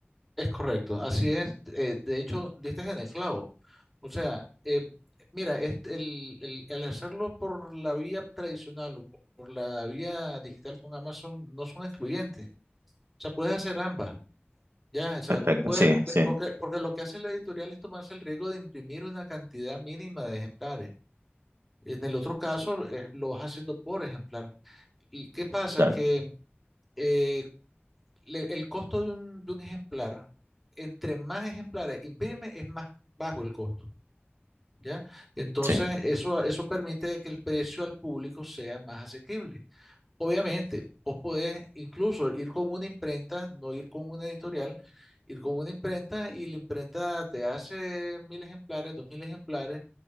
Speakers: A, in the centre; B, on the right.
A: Es correcto, así es. Eh, de hecho, diste en el clavo. O sea, eh, mira, este, el, el- el hacerlo por la vía tradicional o por la vía digital con Amazon no son excluyentes. O sea, puedes hacer ambas. Ya, o sea,
B: Perfecto,
A: tú puedes,
B: sí,
A: porque,
B: sí,
A: porque, porque lo que hace la editorial es tomarse el riesgo de imprimir una cantidad mínima de ejemplares. En el otro caso, eh, lo vas haciendo por ejemplar. ¿Y qué pasa?
B: claro,
A: Que eh, le- el costo de un, de un ejemplar, entre más ejemplares imprime, es más bajo el costo, ¿ya? Entonces,
B: sí,
A: eso, eso permite de que el precio al público sea más asequible. Obviamente, vos podés incluso ir con una imprenta, no ir con una editorial, ir con una imprenta y la imprenta te hace mil ejemplares, dos mil ejemplares